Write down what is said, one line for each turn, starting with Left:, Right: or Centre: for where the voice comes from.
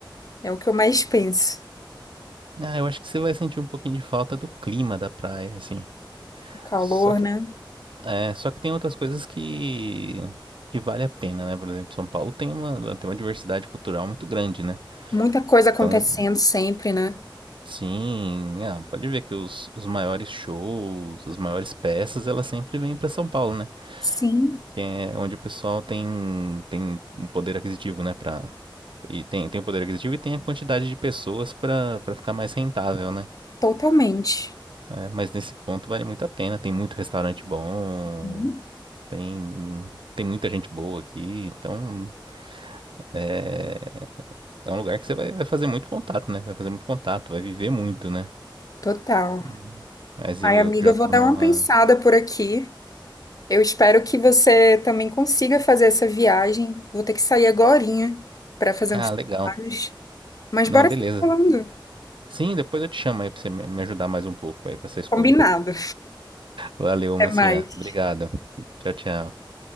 Left: É o que eu mais penso.
Right: Ah, eu acho que você vai sentir um pouquinho de falta do clima da praia, assim.
Left: O calor,
Right: Só
Left: né?
Right: É, só que tem outras coisas que, que vale a pena, né? Por exemplo, São Paulo tem uma, tem uma diversidade cultural muito grande, né?
Left: Muita coisa acontecendo
Right: Então,
Left: sempre, né?
Right: sim, ah, pode ver que os, os maiores shows, as maiores peças, elas sempre vêm para São Paulo, né?
Left: Sim.
Right: Que é onde o pessoal tem, tem um poder aquisitivo, né? Pra, e tem, tem o poder aquisitivo e tem a quantidade de pessoas para para ficar mais rentável, né?
Left: Totalmente.
Right: É, mas nesse ponto vale muito a pena, tem muito restaurante bom,
Left: Uhum.
Right: tem, tem muita gente boa aqui, então. É, é um lugar que você vai, vai fazer muito contato, né? Vai fazer muito contato, vai viver muito, né?
Left: Total.
Right: Uhum. Mas
Left: Ai,
Right: eu,
Left: amiga,
Right: eu que já
Left: eu vou
Right: tô
Left: dar
Right: numa.
Left: uma pensada por aqui. Eu espero que você também consiga fazer essa viagem. Vou ter que sair agorinha para fazer
Right: Ah,
Left: uns trabalhos.
Right: legal.
Left: Mas
Right: Não,
Left: bora
Right: beleza.
Left: se falando.
Right: Sim, depois eu te chamo aí pra você me me ajudar mais um pouco aí com essa escolha.
Left: Combinado.
Right: Valeu,
Left: Até
Right: mocinha.
Left: mais.
Right: Obrigado. Tchau, tchau.